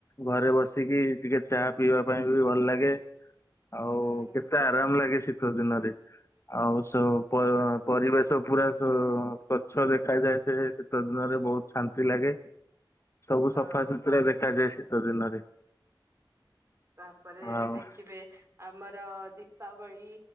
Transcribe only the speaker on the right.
ହୁଁ
ହଁ।
ତାପରେ
ଦେଖିବେ ଆମର ଦି ଦୀପାବଳି